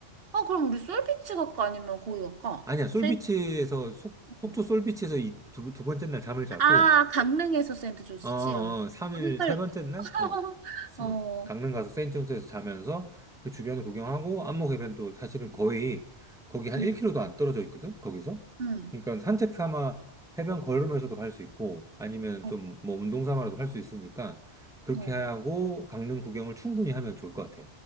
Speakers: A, on the right; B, in the centre.
A: 아, 그럼 우리 솔비치 갈까? 아니면 거기 갈까?
B: 아니야, 솔비치에서,
A: 세인트
B: 속,
A: 조스.
B: 속초 솔비치에서 이 두, 두 번째 날 잠을 자고,
A: 아, 강릉에서 세인트 조스지?
B: 어, 어,
A: 아마
B: 3일,
A: 헷갈렸다.
B: 세 번째 날?
A: <laughs>
B: 어. 서-
A: 어,
B: 강릉 가서 세인트존스에서 자면서 그 주변을 구경하고 안목해변도 사실은 거의 거기 한1킬로도안
A: 음,
B: 떨어져 있거든, 거기서.
A: 음,
B: 그러니까 산책 삼아 해변 걸으면서도 갈 수 있고 아니면
A: 어,
B: 좀 뭐 운동 삼아라도 할 수 있으니까 그렇게
A: 어.
B: 하고 강릉 구경을 충분히 하면 좋을 것 같아.